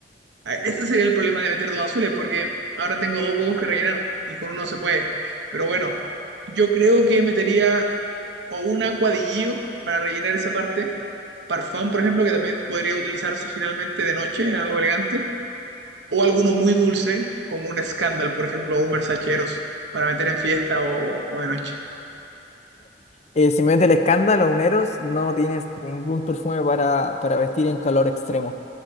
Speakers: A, on the right; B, on the left.
A: Ah, Ese sería el problema de meter dos azules, porque ahora tengo dos huevos que rellenar y con uno se puede. Pero bueno, yo creo que metería o un acuadillo para rellenar esa parte, parfán, por ejemplo, que también podría utilizarse finalmente de noche en algo elegante, o alguno muy dulce, como un Scandal, por ejemplo, o un Versace Eros, para meter en fiesta o, o de noche.
B: eh, simplemente el escándalo, los uneros no tienes ningún perfume para, para vestir en calor extremo.